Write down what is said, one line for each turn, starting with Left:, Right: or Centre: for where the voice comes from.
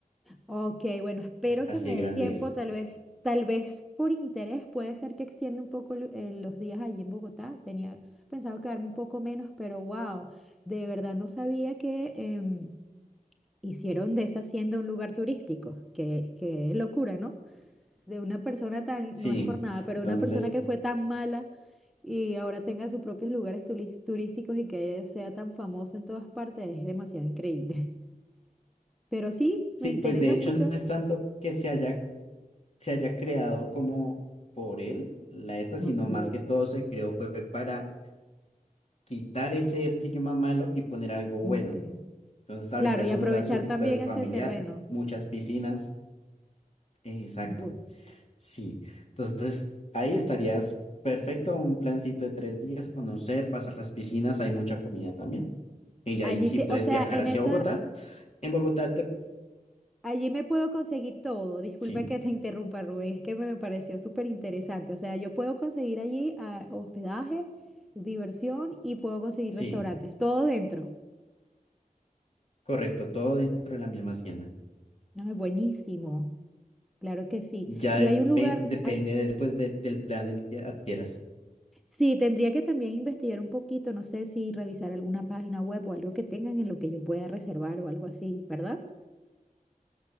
Centre: Ok, bueno, espero
Left: pues así
Centre: que me
Left: de grande
Centre: dé tiempo.
Left: es.
Centre: Tal vez, tal vez por interés puede ser que extienda un poco lo- eh, los días allí en Bogotá. Tenía pensado quedarme un poco menos, pero wow, de verdad no sabía que em, hicieron de esa hacienda un lugar turístico. Qué, qué locura, ¿no? de una persona tan,
Left: Sí,
Centre: no es por nada, pero
Left: entonces,
Centre: una persona que fue tan mala y ahora tenga sus propios lugares tuli- turísticos y que sea tan famoso en todas partes, es demasiado increíble. <laughs> Pero sí,
Left: sí,
Centre: me interesa
Left: pues de hecho
Centre: mucho.
Left: no es tanto que se haya se haya creado como por él, la esta, sino
Centre: Ok,
Left: más que todo se creó fue para quitar ese estigma malo y poner algo bueno.
Centre: ok.
Left: Entonces ahorita
Centre: Claro,
Left: es
Centre: y
Left: un
Centre: aprovechar
Left: lugar súper
Centre: también ese
Left: familiar,
Centre: terreno.
Left: muchas piscinas, eh, exacto,
Centre: Bu-
Left: sí. Entonces ahí estarías perfecto, un plancito de tres días, conocer, pasar las piscinas, hay mucha comida también. Y ya
Centre: Allí
Left: ahí sí
Centre: te,
Left: puedes
Centre: o sea,
Left: viajar
Centre: en
Left: hacia
Centre: esa,
Left: Bogotá. En Bogotá te...
Centre: allí me puedo conseguir todo. Disculpa
Left: Sí,
Centre: que te interrumpa, Rubén, es que me, me pareció súper interesante. O sea, yo puedo conseguir allí ah, hospedaje, diversión y puedo conseguir
Left: sí,
Centre: restaurantes, todo dentro.
Left: correcto, todo dentro de la misma hacienda.
Centre: Ah, buenísimo, claro que sí.
Left: Ya
Centre: Y
Left: depe-
Centre: hay un lugar,
Left: depende
Centre: hay,
Left: de, pues, del del plan el que adquieras.
Centre: sí, tendría que también investigar un poquito, no sé si revisar alguna página web o algo que tengan en lo que yo pueda reservar o algo así, ¿verdad?